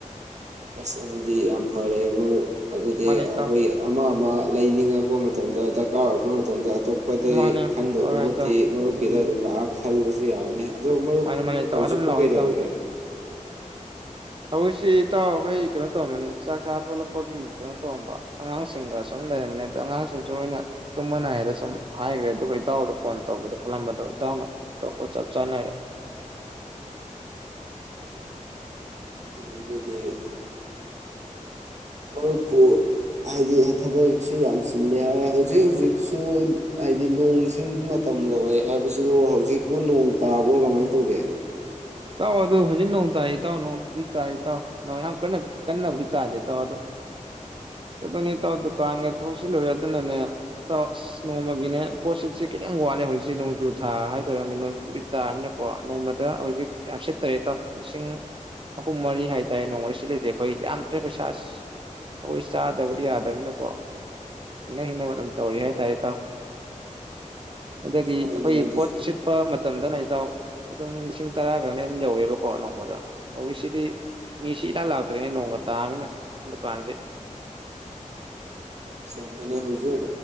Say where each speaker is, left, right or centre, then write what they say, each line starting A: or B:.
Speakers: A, on the right; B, on the right.
A: ꯑꯁ ꯑꯗꯨꯗꯤ ꯌꯥꯝ ꯐꯔꯦ ꯃꯔ ꯑꯗꯨꯗꯤ
B: ꯃꯥꯅꯦ ꯏꯇꯥꯎ
A: ꯑꯩꯈꯣꯏ ꯑꯃ ꯑꯃ ꯂꯩ ꯅꯤꯡꯉꯛꯄ ꯃꯇꯝꯗ ꯗꯔꯀꯥꯔ ꯑꯣꯏꯔꯛꯄ ꯃꯇꯝꯗ ꯑꯇꯣꯞꯄꯗꯒꯤꯩ
B: ꯃꯥꯅꯦ
A: ꯈꯟꯗꯕ
B: ꯍꯣꯏ
A: ꯃꯍꯨꯠꯇꯤ
B: ꯍꯣꯏ ꯏꯇꯥꯎ
A: ꯃꯔꯨꯞꯀꯤꯗ
B: ꯎꯝ
A: ꯑꯗꯨꯝ ꯂꯥꯛꯑ ꯈꯜꯂꯁꯨ ꯌꯥꯔꯅꯤ ꯑꯗꯣ ꯃꯔ
B: ꯃꯥꯅꯦ ꯃꯥꯅꯦ ꯏꯇꯥꯎ
A: ꯍꯧꯖꯤꯛꯄꯨ
B: ꯑꯗꯨꯝ ꯂꯥꯛꯑꯣ
A: ꯀꯩꯗꯧꯔꯤꯒꯦ
B: ꯏꯇꯥꯎ ꯍꯧꯖꯤꯛꯁꯤ ꯏꯇꯥꯎ ꯑꯩꯈꯣꯏ ꯀꯩꯅꯣ ꯇꯧꯔꯝꯃꯅꯤ ꯆꯥꯛ ꯆꯥ ꯇꯣꯂꯛꯄꯒꯤ ꯀꯩꯅꯣ ꯇꯧꯔꯝꯕ ꯑꯉꯥꯡꯁꯤꯡꯒ ꯁꯨꯝ ꯂꯩꯔꯝꯝꯕꯅꯤ ꯑꯗꯣ ꯑꯉꯥꯡꯁꯤꯡꯁꯨ ꯑꯣꯏꯅ ꯇꯨꯝꯕ ꯅꯥꯏꯗ ꯁꯨꯝ ꯍꯥꯏꯈ꯭ꯔꯦ ꯑꯗꯨꯒ ꯏꯇꯥꯎꯗ ꯐꯣꯟ ꯇꯧꯒꯦꯗ ꯈꯜꯂꯝꯕꯗꯣ ꯏꯇꯥꯎꯅꯇꯣꯞ ꯆꯞ ꯆꯥꯅꯔꯦ
A: ꯑꯗꯨꯗꯤ ꯃꯔꯨꯞꯄꯨ ꯍꯥꯏꯗꯤ ꯊꯕꯛꯁꯨ ꯌꯥꯝ ꯆꯤꯜꯂꯤꯦ ꯍꯥꯏ ꯍꯧꯖꯤꯛ ꯍꯧꯖꯤꯛꯁꯨ ꯍꯥꯏꯗꯤ ꯅꯣꯡ ꯆꯤꯡ ꯃꯇꯝꯒ ꯑꯣꯏ ꯍꯥꯏꯕꯁꯤꯕꯨ ꯍꯧꯖꯤꯛꯄꯨ ꯅꯣꯡ ꯇꯥꯕ꯭ꯔꯣ ꯀꯃꯥꯏꯅ ꯇꯧꯒꯦ
B: ꯇꯥꯎ ꯑꯗꯨ ꯍꯧꯖꯤꯛ ꯅꯣꯡ ꯇꯥꯔꯤ ꯏꯇꯥꯎ ꯅꯣꯡ ꯄꯤ ꯇꯥ ꯏ ꯇꯥꯎ ꯅ ꯌꯥꯝ ꯀꯟꯅꯕꯗꯤ ꯇꯥꯗꯦ ꯇꯥꯎ ꯑꯗꯨ ꯑꯗꯨꯅꯦ ꯇꯥꯎ ꯗꯨꯀꯥꯟꯒ ꯊꯣꯛꯆꯜꯂꯨꯔꯦ ꯑꯗꯨꯅꯅꯦ ꯇꯥꯎ ꯑꯁ ꯅꯣꯡꯃꯒꯤꯅꯦ ꯄꯣꯠꯁꯤꯠꯁꯦ ꯈꯤꯇꯪ ꯋꯥꯠꯂꯦ ꯍꯧꯖꯤꯛꯁꯦ ꯅꯣꯡꯖꯨ ꯊꯥ ꯍꯥꯏꯗꯣꯏꯔꯥꯅꯦ ꯅꯣꯡꯖꯨ ꯄꯤꯠ ꯇꯥꯅꯤꯅꯀꯣ ꯅꯣꯡꯃꯗ ꯍꯧꯖꯤꯛ ꯌꯥꯝ ꯁꯤꯠꯇ꯭ꯔꯦ ꯏꯇꯥꯎ ꯂꯤꯁꯤꯡ ꯑꯍꯨꯝ ꯃꯔꯤ ꯍꯥꯏꯇꯥꯔꯦ ꯅꯣꯡꯃꯗ ꯁꯤꯠꯂꯁꯦ ꯑꯩꯈꯣꯏ ꯌꯥꯝꯗ꯭ꯔꯦ ꯄꯩꯁꯥ ꯑꯩꯈꯣꯏ ꯆꯥꯗꯕꯗꯤ ꯌꯥꯗꯅꯤꯅꯀꯣ ꯍꯪꯅ ꯍꯤꯡꯅꯕ ꯑꯗꯨꯝ ꯇꯧꯋ ꯍꯥꯏꯇꯥꯔꯦ ꯏꯇꯥꯎ ꯑꯗꯒꯤ
A: ꯍꯣꯏꯅꯦ
B: ꯑꯩꯈꯣꯏꯒꯤ
A: ꯑꯗꯨꯁꯨ
B: ꯄꯣꯠ ꯁꯤꯠꯄ ꯃꯇꯝꯗꯅ ꯏꯇꯥꯎ ꯑꯗꯨꯝ ꯂꯤꯁꯤꯡ ꯇꯔꯥꯒ ꯏꯝ ꯌꯧꯋꯦꯕꯀꯣ ꯅꯣꯡꯃꯗ ꯍꯧꯖꯤꯛꯁꯤꯗꯤ ꯃꯤꯁꯤ ꯏꯔꯥꯛ ꯂꯥꯛꯇ꯭ꯔꯦꯅꯦ ꯅꯣꯡꯒ ꯇꯥꯕꯅꯤꯅ ꯗꯨꯀꯥꯟꯁꯦ
A: ꯁꯦ ꯍꯥꯏꯗꯤ ꯍꯧꯖꯤꯛ